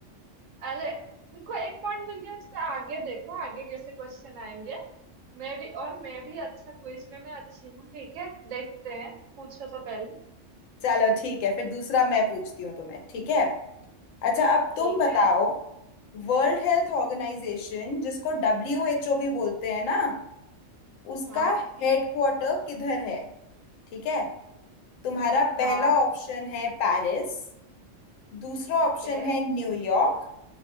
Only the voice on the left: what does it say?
चलो ठीक है फिर दूसरा मैं पूछती हूँ तुम्हें ठीक है अच्छा अब
तुम बताओ
वर्ल्ड हेल्थ ऑर्गेनाइजेशन जिसको डब्ल्यू एच ओ भी बोलते हैं ना उसका
हेडक्वार्टर किधर है ठीक है तुम्हारा
पहला ऑप्शन है पेरिस दूसरा
ऑप्शन है न्यूयॉर्क